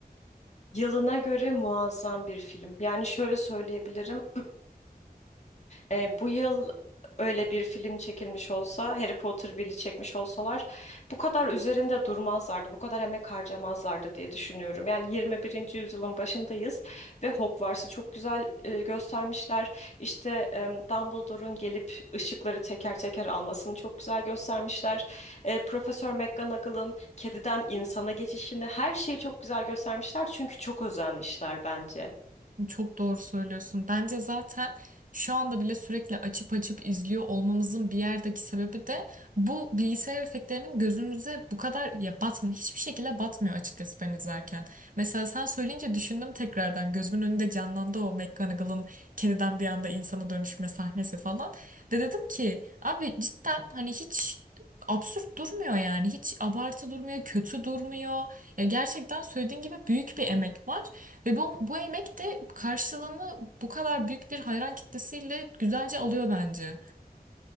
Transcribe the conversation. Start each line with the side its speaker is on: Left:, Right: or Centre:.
Left: Yılına göre muazzam bir film. Yani şöyle söyleyebilirim. E, bu yıl öyle bir film çekilmiş olsa, Harry Potter biri çekmiş olsalar bu kadar üzerinde durmazlardı, bu kadar emek harcamazlardı diye düşünüyorum. Yani 21. yüzyılın başındayız ve Hogwarts'ı çok güzel e, göstermişler. İşte e, Dumbledore'un gelip ışıkları teker teker almasını çok güzel göstermişler. E, Profesör McGonagall'ın kediden insana geçişini her şeyi çok güzel göstermişler çünkü çok özenmişler bence.
Right: Çok doğru söylüyorsun. Bence zaten şu anda bile sürekli açıp açıp izliyor olmamızın bir yerdeki sebebi de bu bilgisayar efektlerinin gözümüze bu kadar ya batmıyor. Hiçbir şekilde batmıyor açıkçası ben izlerken. Mesela sen söyleyince düşündüm tekrardan. Gözümün önünde canlandı o McGonagall'ın kediden bir anda insana dönüşme sahnesi falan. Ve dedim ki abi cidden hani hiç absürt durmuyor yani. Hiç abartı durmuyor, kötü durmuyor. Ya gerçekten söylediğin gibi büyük bir emek var. Ve bu, bu emek de karşılığını bu kadar büyük bir hayran kitlesiyle güzelce alıyor bence.